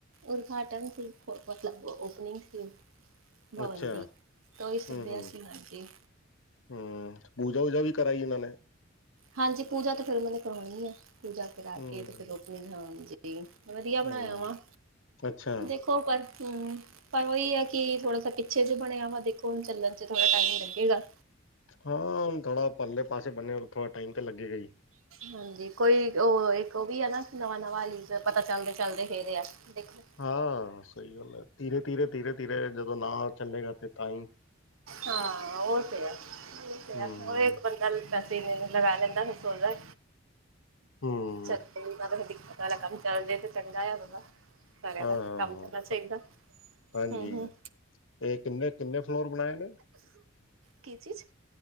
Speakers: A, on the right; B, on the left.
A: ਉਦਘਾਟਨ ਸੀ, ਮਤਲਬ ਓਪਨਿਂਗ ਸੀ। ਬਦੀ
B: ਅੱਛਾ,
A: ਤਾਂ ੳਈ ਸਬ
B: ਹੂੰ,
A: ਦੇ
B: ਹੂੰ,
A: ਅਸੀ ਲਾਂਗੇ।
B: ਹੂੰ, ਪੂਜਾ ਵੂਜਾ ਵੀ ਕਰਾਈ ਏਨਾ ਨੇ।
A: ਹਾਂਜੀ, ਪੂਜਾ ਤੇ ਫੇਰ ੳਨਾ ਨੇ ਕਰਵਾਨੀ ਐ, ਪੂਜਾ ਕਰਾ
B: ਹੂੰ,
A: ਕੇ ਤੇ ਫੇਰ ਔਪਨਿੰਗ, ਹਾਂਜੀ। ਵਧੀਆ ਬਨਾਏਆ
B: ਹੂੰ,
A: ਵਾ
B: ਅੱਛਾ,
A: ਦੇਖੋ ਪਰ, ਹੂੰ। ਪਰ ੳਈ ਐ ਕਿ ਥੋੜਾ ਜਾ ਪਿੱਛੇ ਜੇ ਬਨੇਆ ਵਾ ਦੇਖੋ ਹੁਣ ਚੱਲਣ ਚ ਥੋੜਾ ਟਾਈਮ ਲੱਗੇਗਾ।
B: ਹਾਂ ਹੁਣ ਥੋੜਾ ਪੱਰਲੇ ਪਾਸੇ ਬਨੇਆ ਥੋੜਾ ਟਾਈਮ ਤੇ ਲੱਗੇ ਗਾ ਈ।
A: ਹਾਂਜੀ, ਕੋਈ ੳਹ ਇੱਕ ੳਵੀ ਏ ਨਾ ਨਵਾਂ ਨਵਾਂ ਹਾਲੀ ਫੇਰ ਪਤਾ ਚੱਲਦੇ-ਚੱਲਦੇ ਫੇਰ ਆ ਦੇਖੋ।
B: ਹਾਂ ਸਹੀ ਗੱਲ ਐ। ਧੀਰੇ-ਧੀਰੇ-ਧੀਰੇ-ਧੀਰੇ ਜਦੋਂ ਨਾ ਚੱਲੇਗਾ ਤੇ ਤਾਂਈ
A: ਹਾਂ, ਉਹ ਤੇ ਐ, ਉਹ ਤੇ ਐ।
B: ਹੂੰ,
A: ਉਹ ਇੱਕ ਵਾਰੀ ਪਹਿਲੇ ਪੈਸੇ ਇੰਨੇ-ਇੰਨੇ ਲਗਾ ਲੈਂਦਾ, ਫਿਰ ਸੋਚਦਾ
B: ਹੂੰ।
A: ਸਿਰ ਤੇ ਵੀ ਆ, ਫਿਰ ਦਿੱਕਤ ਆਲਾ ਕੰਮ ਚੱਲਜੇ ਤੇ ਚੰਗਾ ਆ ਬਾਬਾ ਸਾਰਿਆਂ
B: ਹਾਂ-ਹਾਂ-ਹਾਂ,
A: ਦਾ ਕੰਮ ਚੱਲਣਾ ਚਾਹੀਦਾ
B: ਹਾਂਜੀ-ਹਾਂਜੀ।
A: ਹੂੰ ਹੂੰ
B: ਇਹ ਕਿੰਨੇ-ਕਿੰਨੇ ਫਲੋਰ ਬਣਾਏ ਨੇ?
A: ਕੀ ਚੀਜ਼?